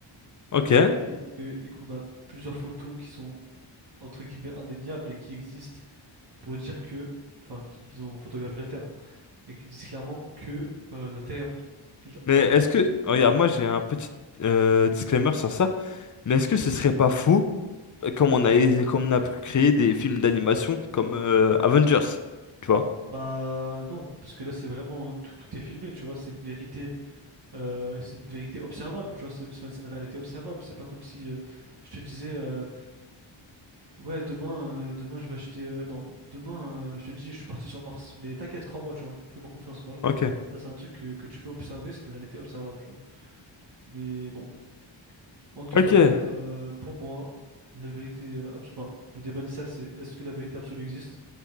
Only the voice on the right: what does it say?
et que- et qu'on a plusieurs photos qui sont, entre guillemets, indéniables et qui existent pour dire que, enfin, qui- qu'ils ont photographié la Terre hein, et qui disent clairement que euh, la Terre est ronde, déjà,
première
chose.
Bah non, parce que là c'est vraiment tout, tout est filmé, tu vois, c'est une vérité, euh, c'est une vérité observable, tu vois, c'est c'est une réalité observable, c'est pas comme si euh, je te disais euh, ouais demain euh, demain je vais acheter euh, non, demain euh, je te dis je suis parti sur Mars, mais t'inquiète, crois-moi, tu vois, fais-moi confiance. Bah non,
ça c'est un truc que, que tu peux observer, c'est une réalité observable, tu vois. Mais bon, en tout
cas,
euh, pour moi, la vérité absolue, enfin, le débat initial c'est est-ce que la vérité absolue existe?